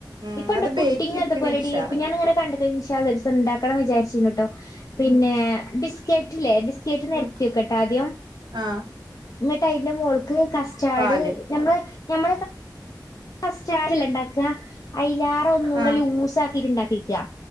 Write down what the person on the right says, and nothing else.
ഉം
അത്
ബേക്ക് ചെയ്തിക്കണെങ്കിൽ
ഉഷാറ്
ഉം
ഉം
ആ
പാല്
ആ